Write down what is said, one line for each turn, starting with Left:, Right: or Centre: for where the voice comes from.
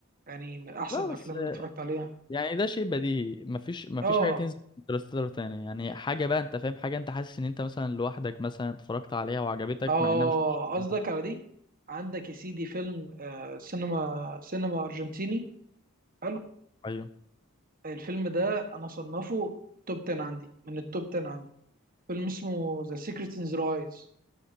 Right: يعني من احسن
Left: لا
Right: الافلام
Left: بس
Right: اللي اتفرجت عليها
Left: يعني ده شيء بديهي مفيش مفيش
Right: اه
Left: حاجه تنزل انترستيلر تاني يعني حاجه بقى انت فاهم حاجه انت حاسس ان انت مثلا لوحدك مثلا اتفرجت عليها وعجبتك
Right: اه
Left: مع انها مش مشهورة
Right: قصدك
Left: مثلا
Right: على دي عندك يا سيدي فيلم آه سينما سينما ارجنتيني حلو
Left: ايوه
Right: الفيلم ده انا صنفه توب 10 عندي من التوب 10 عندي فيلم اسمه ذا سيكريت ان ذا ايز